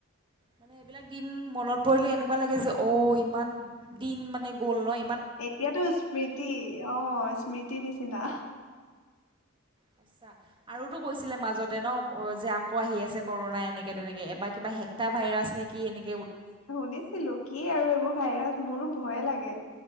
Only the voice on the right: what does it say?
মানে এইবিলাক দিন মনত পৰিলে এনেকুৱা লাগে যে অ', ইমান দিন মানে গ'ল ন ই
সঁচা, আৰুটো কৈছিলে মাজতে ন যে আকৌ আহি আছে কৰোণা এনেক এনেকে তেনেকে এবাৰ কিবা হেক্টা ভাইৰাছ নে কি এনেক